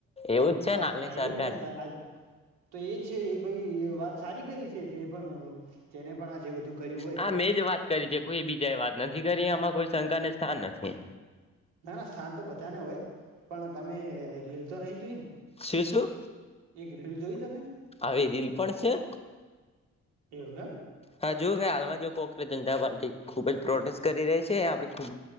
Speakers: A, on the left; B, on the right.
A: એવું જ છે
B: હા
A: ને હાલની
B: હા
A: સરકાર
B: એજ નહ આ તો એજ છે એ ભાઈ વાત. સારી કરી છે જે પણ. જેને પણ આ જે બધું કર્યું હોય
A: હા મેં જ વાત કરી છે કોઈ બીજા વાત. નથી કરી આમાં કોઈ શંકા ને સ્થાન નથી.
B: ના ના સ્થાન તો બધાને હોય પણ તમે રીલ. તો નહીં જોઈ ને.
A: શું શું
B: એક રીલ જોઈ તમે
A: આવી રીલ પણ છે
B: એવું એમ
A: હા જોવુ કે હાલમાં જો કો ભારતીય જનતા પાર્ટી ખૂબ જ પ્રોટેસ્ટ કરી રહી છે આપણે ખૂબ